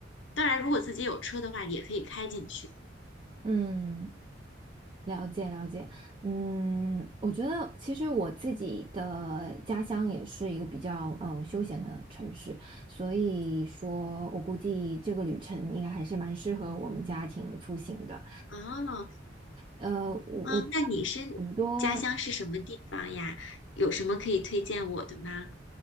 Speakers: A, on the left (about 75°); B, on the right (about 25°).
A: 当然，如果自己有车的话，也可以开进去。
B: 嗯。了解了解，嗯，我觉得其实我自己的家乡也是一个比较呃休闲的城市，所以说我估计这个旅程应该还是蛮适合我们家庭出行的。
A: 哦，
B: 呃，我我知道很多
A: 嗯，那你是家乡是什么地方呀？有什么可以推荐我的吗？